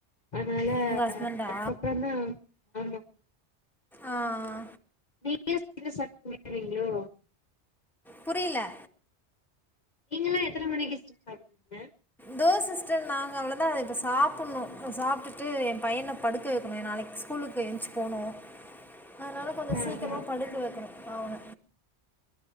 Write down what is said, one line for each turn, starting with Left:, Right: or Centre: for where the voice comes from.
Left: அதனால
Centre: உங்க ஹஸ்பண்டா
Left: அதுக்கப்புறதா ஆமா
Centre: ஆ ஆ
Left: வீட்லே செஞ்சு சாப்ட் போயிருவிங்ளோ
Centre: புரில
Left: நீங்களா எத்தன மணிக்கு சிஸ்டர் சாப்டுவீங்க
Centre: தோ சிஸ்டர் நாங்க அவ்ளோதா இப்ப சாப்பட்ணு இப்ப சாப்ட்டுட்டு எ பையன படுக்க வைக்கணு நாளைக் ஸ்கூலுக்கு ஏன்ச்சு போணு அதனால கொஞ்சோ
Left: ஆ
Centre: சீக்கரமா
Left: ஆ
Centre: படுக்க வைக்கணு அவன